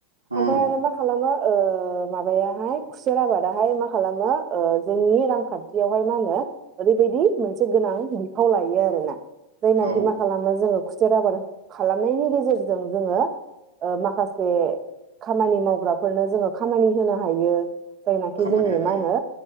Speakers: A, on the right; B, on the right.
A: अ
B: आफाय आरो मा खालामो
A: <inaudible>
B: ओ माबायाहाय खुसेर आबादाहाय मा खालामो ओ जोंनि रांखान्थियावहाय मा होनो <unintelligible> बिदि मोनसे गोनां बिफाव लायो आरोना जायनाखि
A: औ
B: मा खालामो जोङो खुस सेर आबाद खालामनायनि गेजेरजों जोङो ओ माखासे खामानि मावग्राफोरनो जोङो खामानि होनो हायो जायनाखि
A: खामानि
B: जोंनि
A: हायो
B: मा होनो